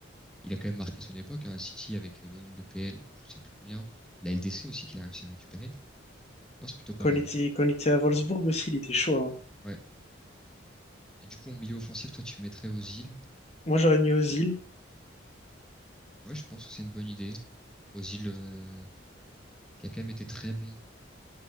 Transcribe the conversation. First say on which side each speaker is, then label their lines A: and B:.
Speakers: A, in the centre; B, on the left.
A: Il a quand même marqué son époque, hein, à City avec euh, le nombre de PL, euh, je sais plus combien. La LDC aussi qu'il a réussi à récupérer. Non, c'est plutôt pas
B: Quand
A: mal.
B: il était, quand il était à Wolfsburg aussi, il était chaud, hein.
A: Ouais. Et du coup, en milieu offensif, toi, tu mettrais Ozil.
B: Moi, j'aurais mis Ozil.
A: Ouais, je pense que c'est une bonne idée. Ozil, euh, qui a quand même été très bon